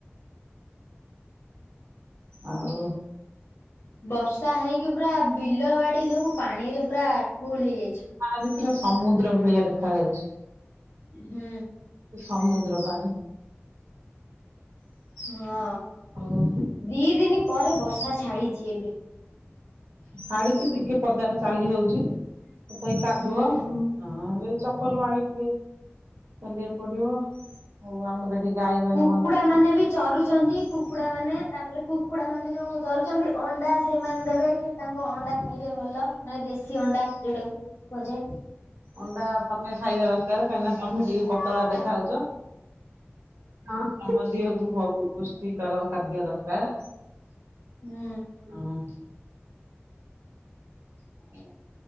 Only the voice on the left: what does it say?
ବର୍ଷା ହେଇକି ପୁରା ବିଲ ବାଡି ସବୁ ପାଣିରେ ପୁରା ଫୁଲ ହେଇଯାଇଛି
ହୁଁ।
ହଁ
ଦି ଦିନି ପରେ ବର୍ଷା ଛାଡିଛି ଏବେ।
ହୁଁ
କୁକୁଡା
ମାନେ ବି ଚରୁଛନ୍ତି କୁକୁଡ଼ାମାନେ ତାପରେ କୁକୁଡ଼ା ମାନେ ଯେଉଁ ଚରୁଛନ୍ତି ଅଣ୍ଡା ସେମାନେ ଦେବେ କି ତାଙ୍କ ଅଣ୍ଡା ଖାଇଲେ ଭଲ ମାନେ ଦେଶୀ ଅଣ୍ଡା ଯୋଉଟାକୁ କୁହାଯାଏ।
ହୁଁ।